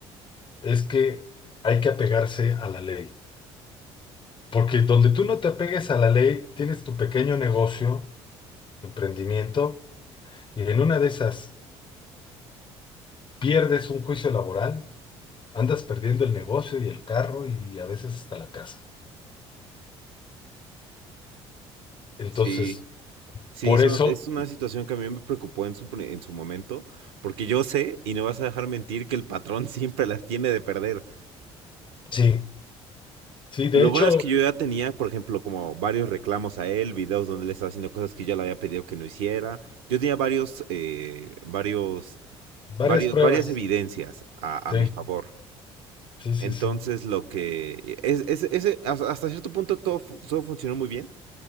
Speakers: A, on the left; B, on the right.
A: es que hay que apegarse a la ley, porque donde tú no te apegues a la ley, tienes tu pequeño negocio, tu emprendimiento, y en una de esas pierdes un juicio laboral, andas perdiendo el negocio y el carro y a veces hasta la casa. Entonces,
B: Sí. Sí,
A: por
B: so-
A: eso,
B: es una situación que a mí me preocupó en su, pri- en su momento, porque yo sé, y no vas a dejar mentir, que el patrón <laughs> siempre las tiene de perder.
A: sí, sí, de
B: Lo
A: hecho,
B: bueno es que yo ya tenía, por ejemplo, como varios reclamos a él, videos donde él estaba haciendo cosas que yo le había pedido que no hiciera. Yo tenía varios, eh, varios,
A: varias
B: varios,
A: pruebas,
B: varias evidencias a,
A: sí,
B: a mi favor.
A: sí, sí,
B: Entonces,
A: sí,
B: lo que... Es, es- ese- hasta hasta cierto punto todo, fu- todo funcionó muy bien.